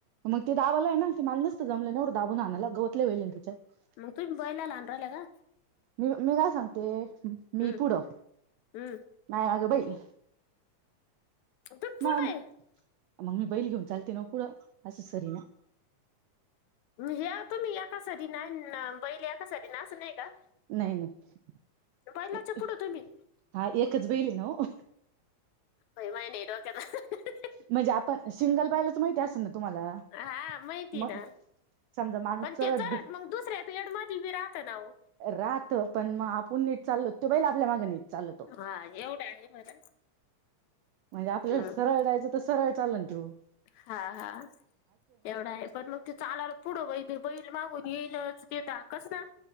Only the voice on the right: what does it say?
मग ते दावाला आहे ना, ते माला नसतं जमलं ना एवढं दाबून हाणायला, गवत लई होयेले ना त्याच्यात.
मी मी काय सांगते, मी
पुढं,
मया मागं बैल.
मम
मग मी बैल घेऊन चालते ना ओ पुढं, असं सरी ना.
नाही, नाही,
हा एकच बैल आहे ना ओ.
म्हणजे आपण सिंगल बैलाच माहिती असन ना तुम्हाला,
मग
समजा माणूस
चरड
राहतं, पण मग आपुण नीट चाललो तेव बैल आपल्या मागं नीट चाल
म्हणजे
आपल्याला सरळ जायचं तर, सरळ चालन तेव.